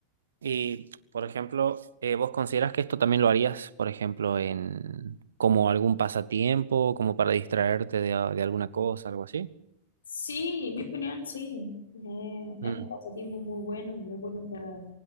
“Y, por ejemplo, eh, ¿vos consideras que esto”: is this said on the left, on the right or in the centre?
Right